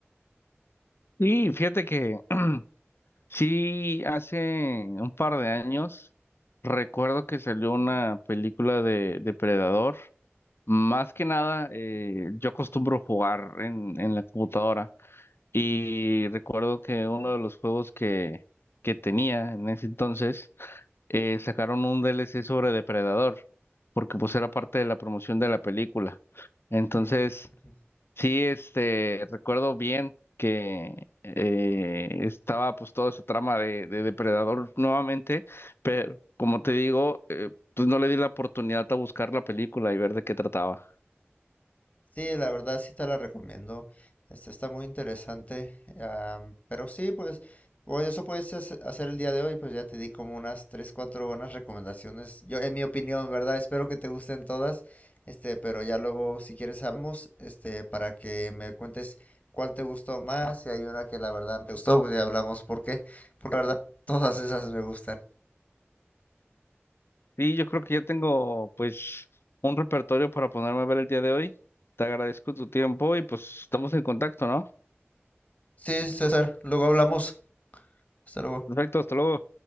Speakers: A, on the left; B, on the left.
A: Y fíjate que <clears throat> sí, hace un par de años recuerdo que salió una película de Depredador. Más que nada, eh, yo acostumbro jugar en, en la computadora. Y recuerdo que uno de los juegos que, que tenía en ese entonces eh, sacaron un D L C sobre Depredador, porque pues era parte de la promoción de la película. Entonces,
B: Mm,
A: sí, este, recuerdo bien que eh, estaba pues toda esa trama de, de Depredador nuevamente, pero como te digo, eh, pues no le di la oportunidad a buscar la película y ver de qué trataba.
B: Sí, la verdad sí te la recomiendo. Este está muy interesante. am, pero sí, pues, bueno eso puedes hace- hacer el día de hoy. Pues ya te di como unas 3 4 buenas recomendaciones. Yo, en mi opinión, ¿verdad? Espero que te gusten todas. Este, pero ya luego, si quieres, hablamos, este, para que me cuentes cuál te gustó más. Si hay una que la verdad no te gustó, pues ya hablamos por qué. Porque la verdad, todas esas me gustan.
A: y yo creo que ya tengo pues un repertorio para ponerme a ver el día de hoy. Te agradezco tu tiempo y pues estamos en contacto, ¿no?
B: Sí, César, luego hablamos. Hasta luego.
A: Perfecto, hasta luego.